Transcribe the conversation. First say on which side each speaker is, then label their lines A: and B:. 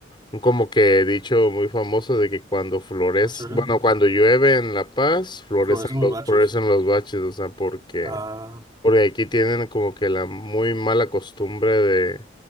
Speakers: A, on the left (about 25°); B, on the right (about 20°).
A: un como que dicho muy famoso de que cuando florece,
B: ¿En serio?
A: bueno, cuando llueve en La Paz, florecen
B: ¿Florecen
A: los,
B: los bachos?
A: florecen los baches, o sea, porque
B: Ah,
A: porque aquí tienen como que la muy mala costumbre de,